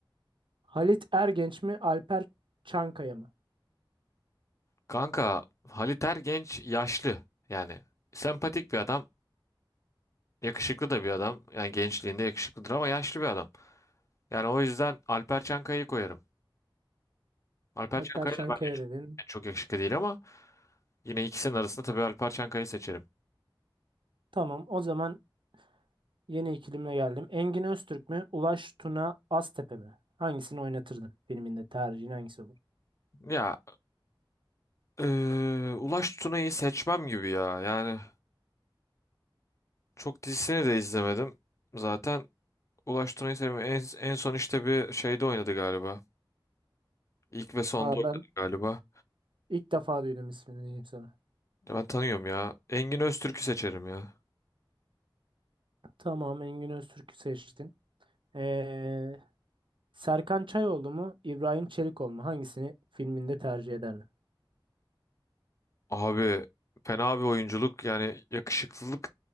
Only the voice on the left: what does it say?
Kanka Halit Ergenç yaşlı. Yani sempatik bir adam. Yakışıklı da bir adam. Yani gençliğinde yakışıklıdır ama yaşlı bir adam. Yani o yüzden Alper Çankaya'yı koyarım. Alper
Çankaya
da bence çok,
yani çok yakışıklı değil ama yine ikisinin arasında tabii Alper Çankaya'yı seçerim.
Ya eee, Ulaş Tuna'yı seçmem gibi ya. Yani çok dizisini de izlemedim. Zaten Ulaş Tuna'yı sevmiyorum. En, en son işte bir şeyde oynadı galiba. İlk ve sonda
oynadı
galiba.
Ya Ben tanıyorum ya. Engin Öztürk'ü seçerim ya.
Abi fena bir oyunculuk yani yakışıklılık